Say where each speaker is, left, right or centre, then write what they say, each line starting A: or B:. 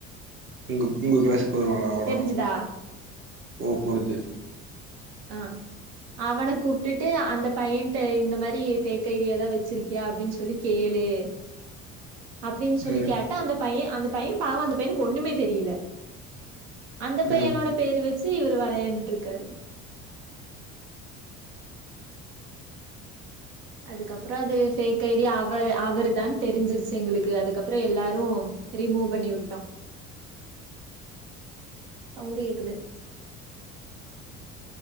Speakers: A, on the right; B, on the right.
A: உங்க உங்க க்ளாஸ்க்கு வருவானா அவனா
B: தெரிஞ்சுதா
A: போ அப்ப அது
B: அ அவன கூப்டுட்டுட்டு அந்த பையன்ட்ட இந்த மாரி ஃபேக் ஐ டி எதா வச்சிருக்கியா அப்டின் சொல்லி கேளு இ அப்டின் சொல்லி
A: ம்
B: கேட்டா அந்த பையன் அந்த பையன் பாவோ அந்த பையனுக்கு ஒண்ணுமே தெரியில அந்த பையனோட
A: ம்
B: பேரு வச் சி இவரு வெளையாண்ட்ருக்காரு அதுக்கப்பறோ அது ஃபேக் ஐ டி அவரு அவரு தான் தெரிஞ்சிருச்சு எங்களுக்கு அதுக்கப்பறோ எல்லாரு ரிமூவ் பண்ணி வுட்டோ சவுண்டு கேக்குது